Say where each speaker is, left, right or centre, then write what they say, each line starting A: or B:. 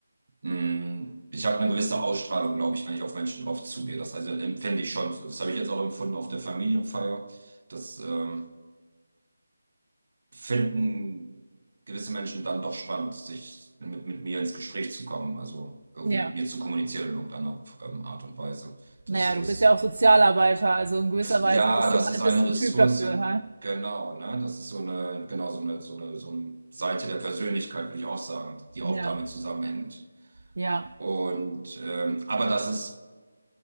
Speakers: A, on the right (about 50°); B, on the right (about 65°).
A: mh, ich habe eine gewisse Ausstrahlung, glaube ich, wenn ich auf Menschen drauf zugehe. Das also empfinde ich schon. Das habe ich jetzt auch empfunden auf der Familienfeier. Das, ähm, finden gewisse Menschen dann doch spannend, sich mit, mit mir ins Gespräch zu kommen, also irgendwie
B: ja.
A: mit mir zu kommunizieren in irgendeiner ähm, Art und Weise. Das,
B: Naja,
A: das,
B: du bist ja auch Sozialarbeiter, also in gewisser Weise
A: ja,
B: bist
A: das
B: du
A: ist
B: halt
A: eine
B: bist du ein
A: Ressource,
B: Typ dafür, hä?
A: genau, ne? Das ist so eine, genau, so eine, so eine, so eine Seite der Persönlichkeit, würde ich auch sagen, die
B: Ja,
A: auch damit zusammenhängt.
B: ja,
A: Und ähm, aber das ist